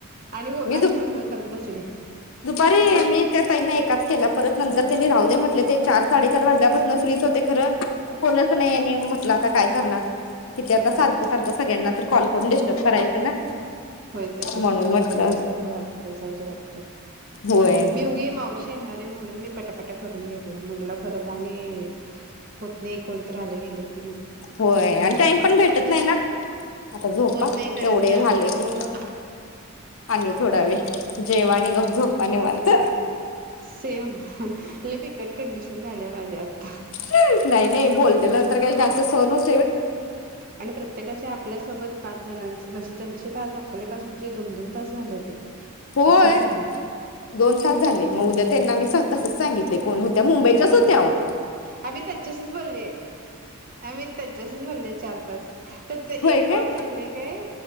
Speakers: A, on the right; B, on the left.
A: आणि हो
B: मी दुप
A: आणि फोन वर करत बसले.
B: दुपारी मी त्या ताईंना एकाच केला परत त्यांनी राहू दे म्हणले चार साडेचार वाजल्यापासून फ्रि च होते खरं कोणच नाही? म्हणलं आता काय करणार किती आता सारखं सारखं सगळ्यांना तरी कॉल करून डिस्टर्ब करायचं ना?
A: होय तसंच
B: म्हणून
A: होतय. अवघडल्यासारखं
B: म्हटलं
A: वाटतंय, जाऊ दे वाटतंय.
B: होय
A: मी उगी मावशी येणार आहे म्हणून मी पटापट करून घेतलं. म्हणलं परत आणि होत नाहीत. कोणतर आलं गेल क
B: होय आणि टाईम पण भेटत नाही ना. आता झोपा
A: होत नाही घरातलं
B: एवढं हे
A: आवरायचं
B: झालं की आणि थोडा वेळ जेवा आणि गप झोपा निवांत.
A: सेम लय बीकट कटकंडिशन झाली आहे माझी आज.
B: ह नाही नाही बोललेलं तर काय जास्त सहन होत
A: आणि प्रत्येकाचे आपल्या सोबत पाच जणांच म्हजे त्यांचे पाच आणि आप <unintelligible> पासूनचे दोन दोन तास झाले ते
B: होय
A: आत्ताच झालं
B: दोन तास झाले म उद्या त्यांना मी सां तसंच सागितलय कोण होत्या मुंबईच्याच होत्या आहो
A: आम्ही त्यांचाशीच बोललीय आम्ही त्याचाशीच बोललं चार ताच त्यांचा एक
B: होय काय?
A: कॉल राहिलायं काय